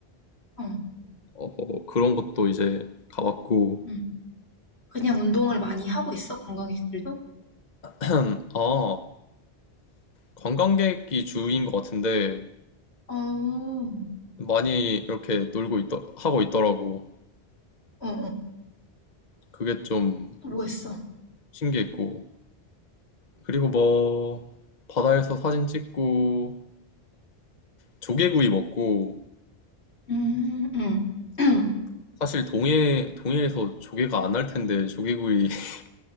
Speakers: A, on the left (about 80°); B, on the left (about 45°).
A: 어,
B: 어, 그런 것도 이제 가봤고
A: 음. 그냥 운동을 많이 하고 있어, 관광객들도?
B: 음, 아, 관광객이 주인 것 같은데
A: 어, 어,
B: 많이 이렇게 놀고 있 하고 있더라고.
A: 어.
B: 그게 좀
A: 또 뭐 했어? 어?
B: 신기했고. 그리고 뭐 바다에서 사진 찍고 조개구이 먹고
A: 음, 음. <clears throat>
B: 사실 동해 동해에서 조개가 안 날 텐데 조개구이 <laughs>